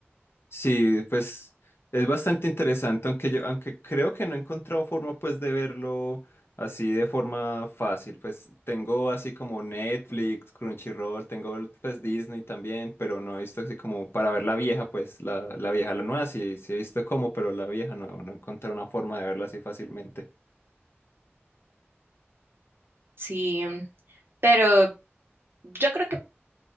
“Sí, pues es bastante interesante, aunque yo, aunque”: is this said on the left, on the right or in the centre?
Left